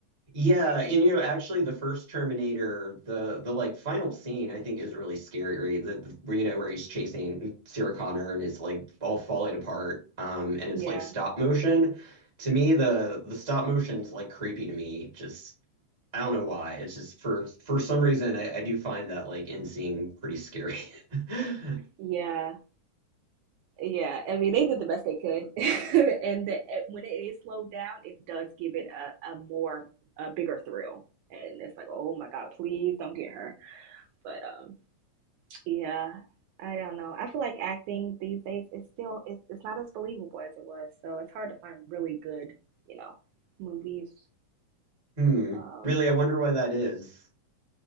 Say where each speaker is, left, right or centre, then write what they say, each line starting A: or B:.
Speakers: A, on the right (about 20°); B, on the right (about 80°).
A: Yeah,
B: Like,
A: and you know, actually, the first Terminator, the the like final scene, I think is really scary. The, the where, you know where he's chasing Sarah Connor and it's like all falling apart, um, and it's
B: yeah,
A: like stop motion. To me, the the stop motion's like creepy to me. Just I don't know why. It's just for for some reason I, I do find that like end scene pretty scary. <laughs>
B: yeah. Yeah, I mean, they did the best they could, <laughs> and the, eh, when it is slowed down, it does give it a, a more a bigger thrill, and it's like, oh my God, please don't get her. But um, yeah, I don't know. I feel like acting these days is still it's it's not as believable as it was, so it's hard to find really good, you know, movies.
A: Hmm.
B: Um,
A: Really, I wonder why that is.